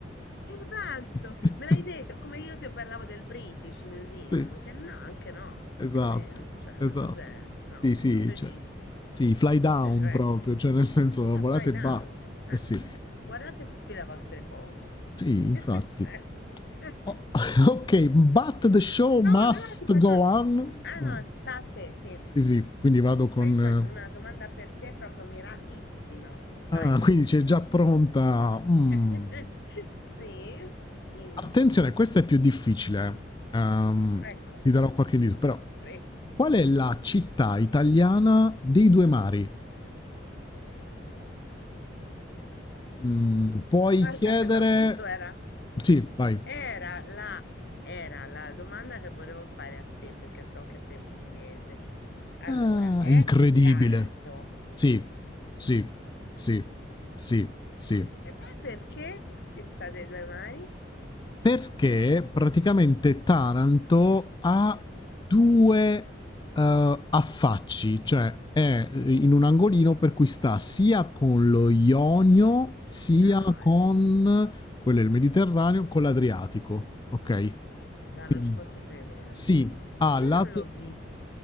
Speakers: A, on the left (about 65°); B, on the left (about 25°).
A: Esatto,
B: <laughs>
A: me l'hai detto, come io ti parlavo del British Museum,
B: Sì,
A: che no, anche no, anche
B: esatto,
A: meno, cioè,
B: esatto.
A: ma cos'è? No,
B: Sì,
A: è
B: sì,
A: tutto egizio,
B: cioè sì, fly
A: <laughs>
B: down
A: cioè,
B: proprio, cioè nel senso
A: è un
B: volate
A: fly down,
B: e ba.
A: eh,
B: Eh sì,
A: guardatevi le vostre cose,
B: sì,
A: <laughs>
B: infatti.
A: cioè, <laughs> allora,
B: O- <laughs> ok, but the show must
A: oh, e ora ti faccio,
B: go on.
A: ah
B: Vai.
A: no, sta a te, sì,
B: Sì, sì, quindi vado con...
A: poi
B: eh,
A: io ho una domanda per te proprio miratissima, vai,
B: Ah, quindi c'è già pronta... mm.
A: <laughs> sì, dimmi.
B: Attenzione, questa è più difficile. eh. Ehm,
A: Ecco.
B: ti darò qualche indizio, però...
A: Prego.
B: Qual è la città italiana dei due mari? Mm, puoi
A: Guarda,
B: chiedere...
A: per l'appunto era,
B: Sì, vai.
A: era la, era la domanda che volevo fare a te, perché so che sei pugliese. Allora,
B: Ah,
A: è
B: è incredibile.
A: Taranto.
B: Sì, sì, sì, sì, sì.
A: E poi perché Città dei Due Mari?
B: Perché praticamente Taranto ha due eh, affacci, cioè è in un angolino per cui sta sia con lo Ionio, sia
A: Dai,
B: con quello del Mediterraneo, con l'Adriatico. Ok?
A: dai,
B: Quindi
A: non ci posso credere.
B: sì, ha
A: Io
B: lato,
A: non l'ho vista.